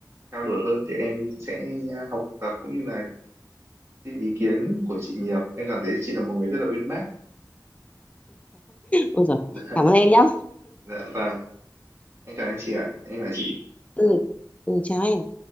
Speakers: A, on the right (about 35°); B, on the left (about 20°).
A: trao đổi hơn thì em sẽ học tập cũng như là xin ý kiến của chị nhiều em cảm thấy chị là một người rất là uyên bác
B: ôi giời
A: <laughs> dạ,
B: cảm ơn em nhá
A: dạ vâng em cảm ơn chị ạ em cảm ơn chị
B: ừ ừ chào em